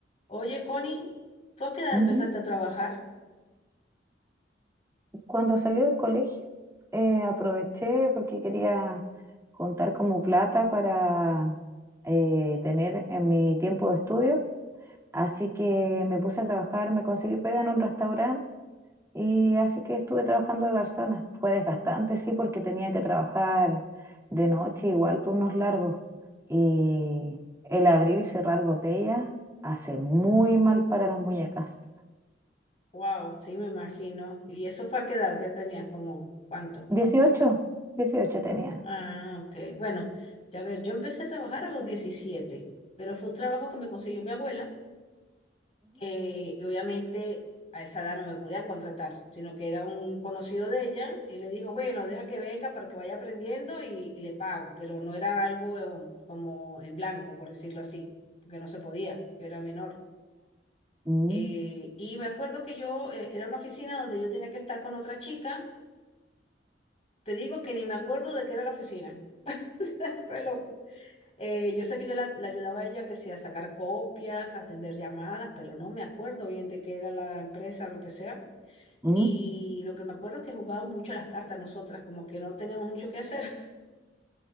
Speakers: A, on the left (about 35°); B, on the right (about 15°).
A: Oye, Connie, ¿tú a qué edad
B: Ujú.
A: empezaste a trabajar?
B: Cuando salí del colegio, eh, aproveché porque quería juntar como plata para eh, tener en mi tiempo de estudio. Así que me puse a trabajar, me conseguí pega en un restaurante y así que estuve trabajando de garzona. Fue desgastante, sí, porque tenía que trabajar de noche, igual turnos largos. Y el abrir y cerrar botellas hace muy mal para las muñecas.
A: Wow, sí, me imagino. ¿Y eso fue a qué edad ¿qué tenías? ¿Como cuánto?
B: 18, 18 tenía.
A: Ah, ok. Bueno, ya ver, yo empecé a trabajar a los 17, pero fue un trabajo que me consiguió mi abuela. eh, y obviamente a esa edad no me podían contratar, sino que era un conocido de ella y le dijo, bueno, deja que venga para que vaya aprendiendo y, y le pago, pero no era algo eh, como en blanco, por decirlo así, porque no se podía, yo era menor.
B: Ujú.
A: Eh, y me acuerdo que yo, eh, era una oficina donde yo tenía que estar con otra chica. Te digo que ni me acuerdo de qué era la oficina. <laughs> Fue loco. Eh, yo sé que yo la, la ayudaba a ella que sea a sacar copias, a atender llamadas, pero no me acuerdo bien de qué era la empresa, lo que sea.
B: Mm,
A: Y lo que me acuerdo es que jugábamos mucho a las cartas nosotras, como que no teníamos mucho que hacer. <laughs>